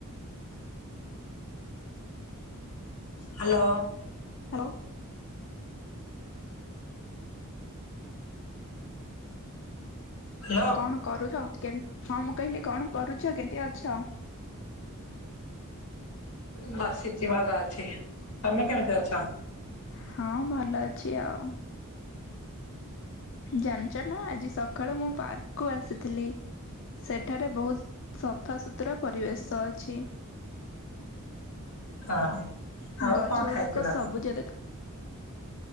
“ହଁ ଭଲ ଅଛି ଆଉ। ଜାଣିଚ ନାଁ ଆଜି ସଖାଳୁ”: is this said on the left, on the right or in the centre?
Left